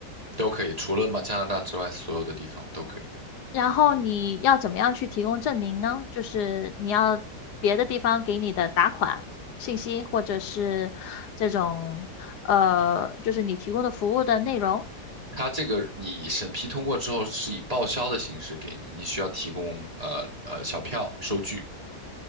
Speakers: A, on the right (about 20°); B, on the left (about 70°).
A: 都可以，除了嘛加拿大之外，所有的地方都可以。
B: 然后你要怎么样去提供证明呢？就是你要别的地方给你的打款信息，或者是这种呃，就是你提供的服务的内容。
A: 它这个你审批通过之后是以报销的形式给你，你需要提供呃呃小票收据，